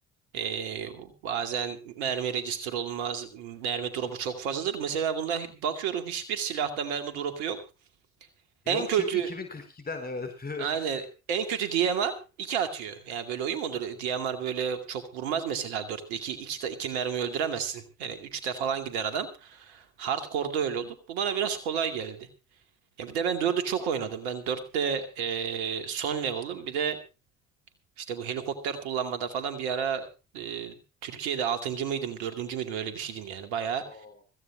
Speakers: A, on the right (about 80°); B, on the left (about 30°).
A: e, bazen mermi register olmaz. Mermi drop'u çok fazladır. Mesela bunda bakıyorum hiçbir silahta mermi drop'u yok. En
B: E, Yok
A: kötü
B: çünkü 2042'den evet.
A: Aynen.
B: <laughs>
A: En kötü DMR 2 atıyor. Yani böyle oyun mu olur? DMR böyle çok vurmaz mesela 4'te 2 2 2 mermi öldüremezsin. Yani üçte falan gider adam. Hardcore'da öyle olur. Bu bana biraz kolay geldi. Ya bir de ben 4'ü çok oynadım. Ben dörtte eee, son level'ım. Bir de işte bu helikopter kullanmada falan bir ara eee, Türkiye'de altıncı mıydım, Dördüncü müydüm öyle bir şeydim yani. Bayağı
B: Oo.